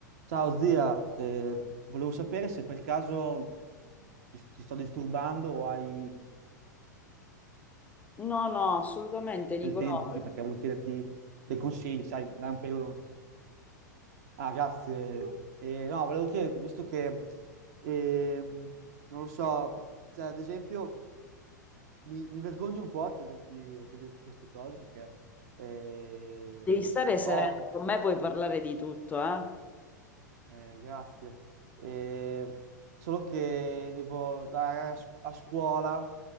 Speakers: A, on the right; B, on the left.
A: Ciao zia, eh, volevo sapere se per caso ti, ti sto disturbando o hai
B: No, no, assolutamente, Nicolò.
A: del tempo così perché volevo chiederti dei consigli, sai, da un periodo... Ah, grazie. Eh, no, volevo chiederti, visto che, ehm, non lo so, cioè ad esempio mi, mi vergogno un po' a chiederti, a chiederti queste cose perché, eh,
B: Devi stare
A: però
B: sereno, con me puoi parlare di tutto, eh?
A: Eh, grazie. Eh, solo che tipo a, a scuola